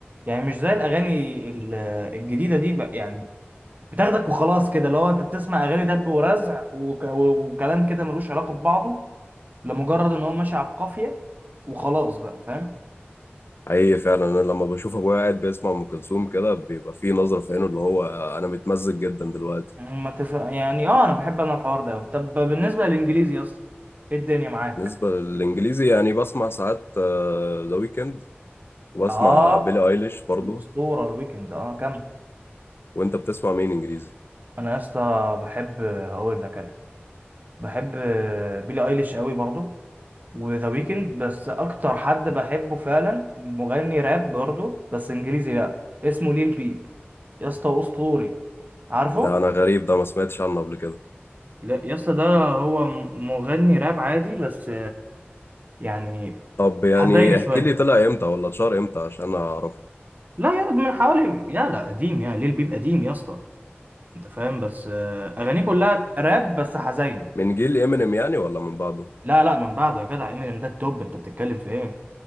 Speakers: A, on the right; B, on the left.
A: يعني مش زي الاغاني ال- الجديده دي ب- يعني بتاخدك وخلاص كده اللي هو انت بتسمع اغاني دب ورزع وك- وكلام كده ملوش علاقه ببعضه لمجرد ان هو ماشي على القافيه وخلاص بقى فاهم
B: حقيقي فعلا انا لما بشوف ابويا قاعد بيسمع ام كلثوم كده بيبقى في نظره في عينه اللي هو انا متمزج جدا دلوقتي
A: يعني ما تف... يعني اه انا بحب انا الحوار ده أوي. طب بالنسبه للانجليزي يا اسطى ايه الدنيا معاك
B: بالنسبه للانجليزي يعني بسمع ساعات ذا ويكند وبسمع
A: اه
B: بيلي ايليش برضو
A: الاسطوره الويكند اه كمل
B: وانت بتسمع مين انجليزي
A: انا يا اسطى بحب هقول لك انا بحب بيلي ايليش قوي برضو وذا ويكند بس اكتر حد بحبه فعلا مغني راب برضو بس انجليزي بقى اسمه ليل بيب يا اسطى اسطوري عارفه
B: ده انا غريب ده ما سمعتش عنه قبل كده
A: لا يا اسطى ده هو م- مغني راب عادي بس يعني
B: طب يعني
A: حزيني شويه
B: احكي لي طلع امتى ولا اتشهر امتى عشان اعرفه
A: لا يا من حوالي يا لا قديم يا ليل بيب قديم يا اسطى انت فاهم بس آه، اغانيه كلها راب بس حزين
B: من جيل امينيم يعني ولا من بعده
A: لا لا من بعده يا جدع امينيم ده التوب انت بتتكلم في ايه